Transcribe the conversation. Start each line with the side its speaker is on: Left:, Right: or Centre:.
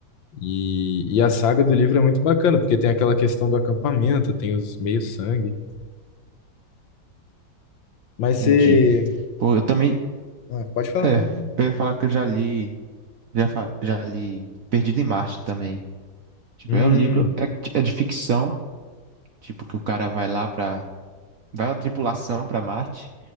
Left: E, e a saga do livro é muito bacana, porque tem aquela questão do acampamento, tem os meio-sangue. Mas você.
Right: entendi. Pô, eu também.
Left: Ah, pode falar,
Right: É,
Left: pode falar.
Right: eu ia falar que eu já li. Já, fa- já li Perdido em Marte também. Tipo,
Left: Hum,
Right: é um livro, é, é de ficção, tipo, que o cara vai lá pra. Vai uma tripulação pra Marte,